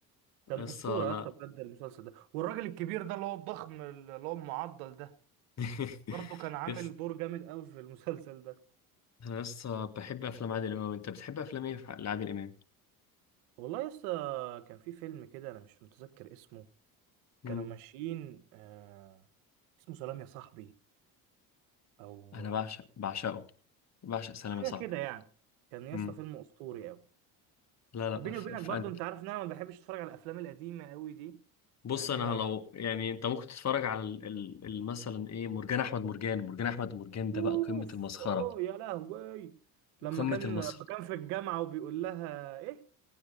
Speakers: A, on the right; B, on the left.
A: كان
B: قصه
A: أسطورة
B: لا
A: يا اسطى بجد المسلسل ده والراجل الكبير ده اللي هو الضخم اللي هو المعضل ده
B: <laughs>
A: برضه كان عامل
B: يس
A: دور جامد قوي في المسلسل ده
B: انا لسه بحب افلام عادل امام انت بتحب افلام ايه في- لعادل امام
A: والله يا اسطى كان في فيلم كده أنا مش متذكر اسمه
B: مم.
A: كانوا ماشيين آه اسمه سلام يا صاحبي أو
B: انا بعشق بعشقه بعشق سلام
A: حاجه
B: يا صاحبي
A: كده يعني كان يا
B: مم.
A: اسطى فيلم اسطوري قوي
B: لا لا
A: بيني
B: ف-
A: وبينك
B: فانت
A: برضو انت عارف ان انا ما بحبش اتفرج على الافلام القديمه قوي دي
B: بص
A: يعني
B: انا
A: انا
B: لو يعني انت ممكن تتفرج على ال- ال- ال- مثلا ايه مرجان احمد مرجان مرجان احمد مرجان ده
A: اوف
B: بقى قمة المسخرة
A: اه يا لهوي لما
B: قمة
A: كان
B: المسخرة
A: لما كان في الجامعه وبيقول لها ايه